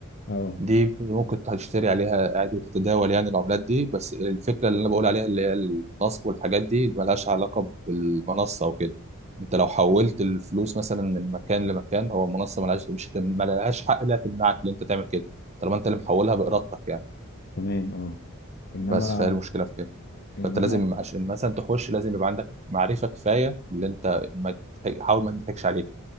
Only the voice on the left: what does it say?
اه
مم.
تمام اه انما
انما